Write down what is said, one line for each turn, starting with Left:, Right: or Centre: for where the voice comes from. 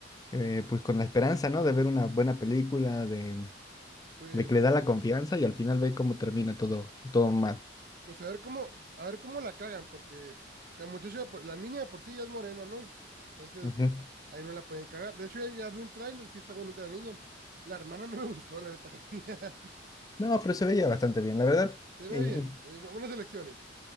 Left: eh, pues con la esperanza, ¿no? De ver una buena película, de,
Right: pues.
Left: de que le da la confianza y al final ve cómo termina todo, todo mal.
Right: Pues a ver cómo, a ver cómo la cagan, porque la muchacha, por- la niña de por sí ya es morena, ¿no? Entonces,
Left: Ujú.
Right: ahí no la pueden cagar. De hecho, ya, ya vi un tráiler, sí está bonita la niña. La hermana no me <laughs> gustó, la neta. <laughs>
Left: No, pero se veía bastante bien, la verdad.
Right: Se ve
Left: Y,
Right: bien,
Left: y-
Right: eh, bu- buenas elecciones.